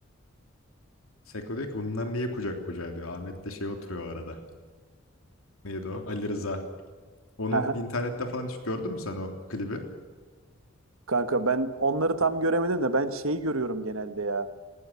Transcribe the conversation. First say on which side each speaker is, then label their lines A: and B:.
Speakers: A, on the left; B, on the right.
A: Seko diyor ki bunlar niye kucak kucağa diyor. Ahmet de şey oturuyor o arada. Neydi o? Ali Rıza. Onun
B: Aha.
A: internette
B: <laughs>
A: falan hiç gördün mü sen o klibi?
B: Kanka ben onları tam göremedim de ben şeyi görüyorum genelde ya.